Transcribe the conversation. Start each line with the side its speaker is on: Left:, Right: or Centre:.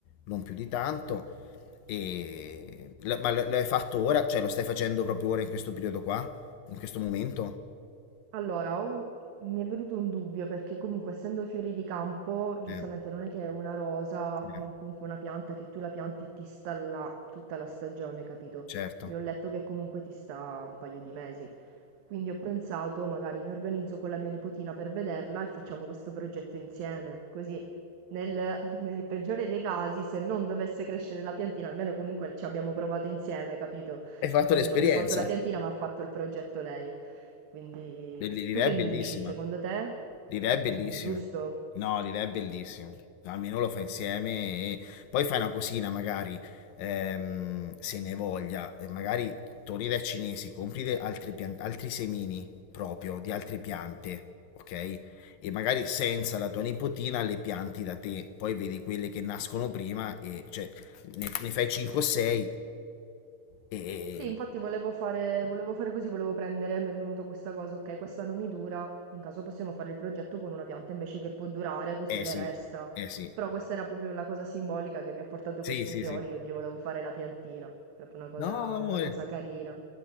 Left: non più di tanto. E... lo- ma lo, lo hai fatto ora? Cioè, lo stai facendo proprio ora in questo periodo qua? In questo momento?
Right: Allora, ho- mi è venuto un dubbio perché comunque essendo fiori di campo, giustamente
Left: Mm,
Right: non è che è una rosa
Left: mm,
Right: o comunque una pianta che tu la pianti e ti sta là tutta la stagione, capito?
Left: certo.
Right: Io ho letto che comunque ti sta un paio di mesi. Quindi ho pensato, magari mi organizzo con la mia nipotina per vederla e facciamo questo progetto insieme. Così, nel, nel peggiore dei casi, se non dovesse crescere la piantina, almeno comunque ci abbiamo provato insieme, capito?
Left: Hai fatto
Right: Così
Left: l'esperienza?
Right: non gli porto la piantina, ma ha fatto il progetto lei. Quindi,
Left: L- L'idea
Right: tu che
Left: è bellissima.
Right: mi dici? Secondo te?
Left: L'idea
Right: Mm,
Left: è bellissima.
Right: giusto?
Left: No, l'idea è bellissima. No, Almeno lo fai insieme e poi fai una cosina, magari ehm, se ne hai voglia, e magari torni dai cinesi, compri de- altri, pian- altri semini proprio di altre piante, ok? E magari senza la tua nipotina le pianti da te, poi vedi quelle che nascono prima e cioè ne, ne fai 5 o 6 e
Right: Sì, infatti volevo fare, volevo fare così, volevo prendere, mi è venuta questa cosa, ok, questa non mi dura, in caso possiamo fare il progetto con una pianta invece che può durare, così
Left: eh
Right: le
Left: sì,
Right: resta.
Left: eh sì.
Right: Però questa era proprio la cosa simbolica che mi ha portato
Left: Sì,
Right: questi
Left: sì,
Right: fiori,
Left: sì.
Right: io gli volevo fare la piantina, proprio una cosa,
Left: No, no,
Right: una
Left: è
Right: cosa carina.